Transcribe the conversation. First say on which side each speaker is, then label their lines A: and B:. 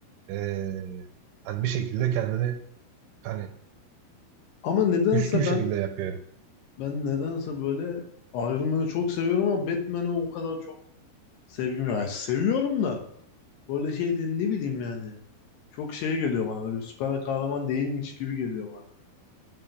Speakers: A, on the right; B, on the left.
A: eee, hani bir şekilde kendini hani
B: Ama nedense
A: güçlü bir şekilde
B: ben
A: yapıyor.
B: ben nedense böyle ayrılmayı çok seviyorum ama Batman'e o kadar çok sevgim yok. Yani seviyorum da böyle şey ne bileyim yani. Çok şey geliyor bana. Böyle bir süper kahraman değilmiş gibi geliyor bana.